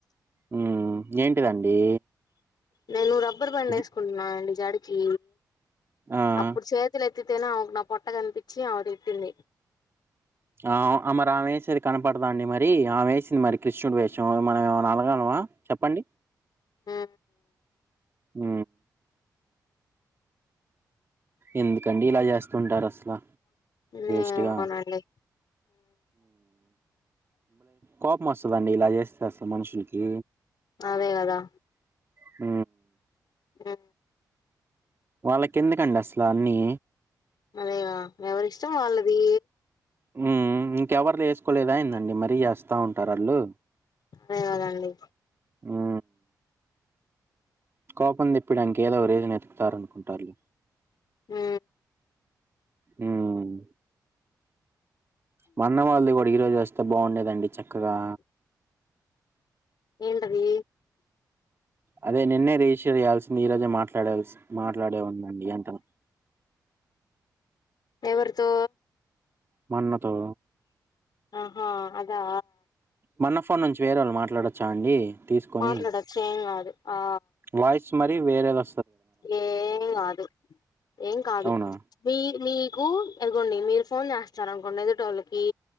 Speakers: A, on the right; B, on the left.
A: హ్మ్ ఏంటిదండి
B: నేను రబ్ ఇబ్బరు పం వేసుకుంటున్నా
A: జు
B: అండి జడికి
A: ఆ
B: అప్పుడు చేతులు ఎత్తితేనే ఆకు నా పొట్ట కనిపించి ఆవిటిప్పింది
A: ఆ మరి ఆమె వేసేది కనపడదా అండి మరి ఆమె వేసింది మరి కృష్ణుడు వేషాం మనం ఏమైనా అలగాలవా చెప్పండి
B: ఆ
A: హ ఎందుకండి ఇలా చేస్తుంటారు అసలు
B: నే
A: స్ట్గాలే
B: అవునండి
A: కోపమాసం వస్తుందండి ఇలా చేస్తేసలు మనుషులకి
B: అదే కదా
A: హ
B: ఆ
A: వాళ్ళక ఎందుకండి అసలు అన్నీ
B: అదేగా ఎవరిష్టం వాళ్ళది
A: ఉ కవర్లు వేసుకోలేదా ఏందండి మరీ వేస్తా ఉంటారు వాళ్ళు
B: అదే కదండి
A: ఆ కోపం తిప్పిడాంకేదో రేజని వెతుకుతారనుకుంటారు
B: ఆ
A: హ్మ్ మన్న వాళ్ళది కూడ ఈ రోజే వస్తే బాగుండేదండి చక్కగా
B: ఏంటది
A: అదే నిన్నే రిజిస్టర్ చేయాల్సింది ఈ రోజే మాట్లాడాల్సి మాట్లాడే ఉన్న అండి అంటన
B: ఎవరితో
A: మన్నన్నతో
B: ఆహా అదా
A: మన ఫోన్ నుంచి వేరే వాళ్ళు మాట్లాడొచ్చా అండి తీసుకొని
B: మాట్లాడచ్చం కాదు ఆ
A: వాయిస్ మరి వేరే వ
B: ఏం కాదు ఏం కాదు
A: అవునా
B: మీ మీకు ఎదగోండి మీరు ఫోన్ చేస్తార అనుకోండి ఎదుటోళ్ళకి